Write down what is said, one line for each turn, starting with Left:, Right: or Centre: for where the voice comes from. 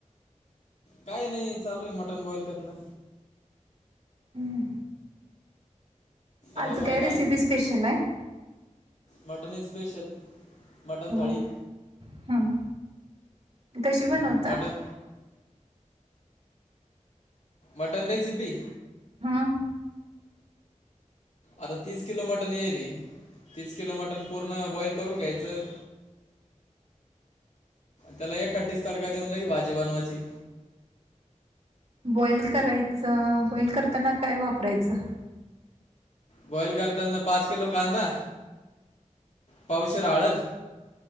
Left: काय नाही चालूय मटण बॉईल करणं
Right: हम्म आज
Left: रविवार
Right: काय
Left: आहे ना
Right: रेसिपी स्पेशलाय?
Left: मटनय स्पेशल मटण
Right: हो
Left: थाळी
Right: ह कशी बनवता?
Left: मटण मटन रेसिपी?
Right: हां
Left: आता तीस किलो मटण येयेलय तीस किलो मटण पूर्ण बॉईल करून घ्यायचं त्याला एक खट्टा तडका देऊन लगे भाजी बनवायची
Right: बॉईल करायचं बॉईल करताना काय वापरायचं?
Left: बॉइल करताना पाच किलो कांदा पावशर हळद